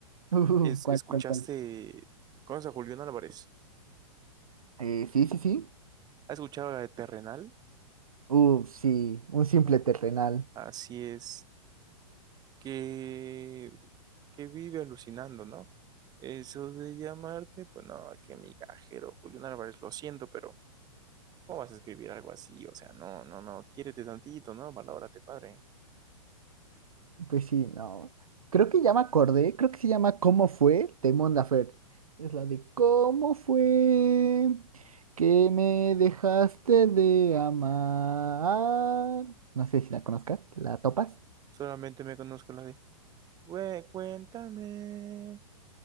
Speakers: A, on the right; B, on the right.
A: <laughs>
B: Es,
A: Uf, ¿cuál,
B: escuchaste,
A: cuál, cuál?
B: ¿conoces a Julián Álvarez?
A: Eh, sí, sí, sí.
B: ¿Has escuchado la de Terrenal?
A: Uf, sí, un simple
B: Uh,
A: terrenal.
B: así es. Que, que vive alucinando, ¿no? Eso de llamarte, pues no, qué migajero, Julián Álvarez, lo siento, pero ¿Cómo vas a escribir algo así? O sea, no, no, no, quiérete tantito, ¿no? Valórate, padre.
A: Pues sí, no. Creo que ya me acordé, creo que se llama ¿Cómo fue? de Mon Laferte. Es la de ¿Cómo fue que me dejaste de amar? No sé si la conozcas, ¿la topas?
B: Solamente me conozco la de, güey, cuéntame